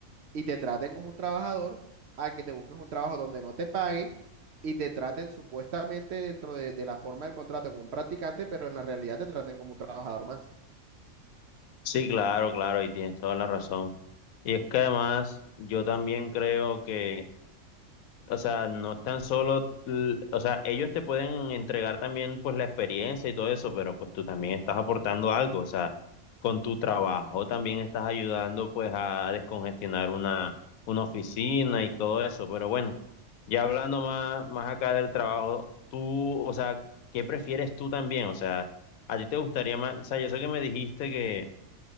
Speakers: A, on the right; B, on the left.
A: y te traten como un trabajador, a que te busques un trabajo donde no te paguen y te traten supuestamente dentro de, de la forma del contrato como un practicante, pero en la realidad te traten como un trabajador más.
B: Sí, claro, claro, y tienes toda la razón. Y es que además yo también creo que, o sea, no es tan solo, l- o sea, ellos te pueden entregar también pues la experiencia y todo eso, pero pues tú también estás aportando algo, o sea, con tu trabajo también estás ayudando pues a descongestionar una, una oficina y todo eso, pero bueno, ya hablando más, más acá del trabajo, tú, o sea, ¿qué prefieres tú también? O sea, ¿a ti te gustaría más, o sea, yo sé que me dijiste que